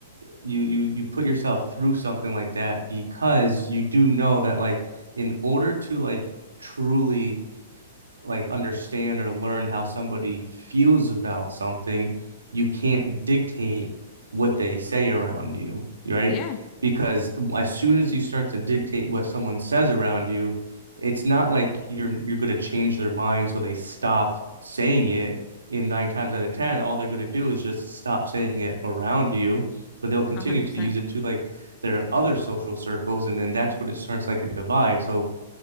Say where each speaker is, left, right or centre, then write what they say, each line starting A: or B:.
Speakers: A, on the right; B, on the left.
A: you you you put yourself through something like that because you do know that like in order to like truly like understand or learn how somebody feels about something, you can't dictate what they say around you, right?
B: yeah
A: Because as soon as you start to dictate what someone says around you, it's not like you're you're going to change their mind so they stop saying it. In nine times out of ten, all they're going to do is just stop saying it around you, but they'll continue
B: 100% percent
A: to use it to like their other social circles, and then that's what it starts like a divide. So